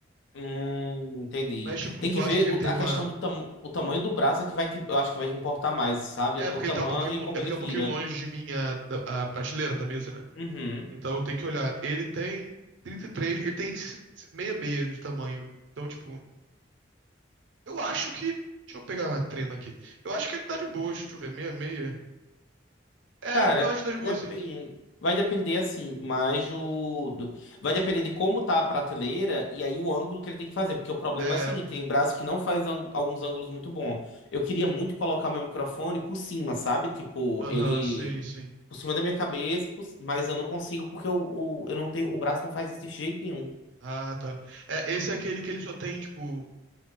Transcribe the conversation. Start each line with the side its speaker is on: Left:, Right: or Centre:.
Left: Hum, entendi.
Right: Mas, tipo,
Left: Tem
Right: tu
Left: que
Right: acha
Left: ver
Right: que ele
Left: o-
Right: tem
Left: a
Right: uma.
Left: questão do tam, o tamanho do braço é que vai te, eu acho que vai te importar mais, sabe?
Right: É, porque
Left: O tamanho
Right: ele tá um pouquinho.
Left: e
Right: lo-
Left: como
Right: É
Left: ele
Right: porque
Left: vira.
Right: é um pouquinho longe de mim a, da- a prateleira da mesa, né?
Left: Uhum.
Right: Então eu tenho que olhar. Ele tem 33, ele tem 66 de tamanho. Então, tipo, eu acho que. Deixa eu pegar a trena aqui. Eu acho que ele tá de boa, deixa eu ver, 66. É,
Left: Cara,
Right: eu acho que tá de boa,
Left: depende.
Right: sim.
Left: Vai depender, assim, mais do, do- Vai depender de como tá a prateleira e aí o ângulo que ele tem que fazer. Porque o problema
Right: É,
Left: é o seguinte, tem braço que não faz ângu- alguns ângulos muito bons. Eu queria muito colocar meu microfone por cima, sabe? Tipo,
Right: aham,
Left: ele...
Right: sim, sim.
Left: Por cima da minha cabeça, por- mas eu não consigo porque eu, o- eu não tenho... O braço não faz isso de jeito nenhum.
Right: Ah, tá. É, esse é aquele que ele só tem, tipo,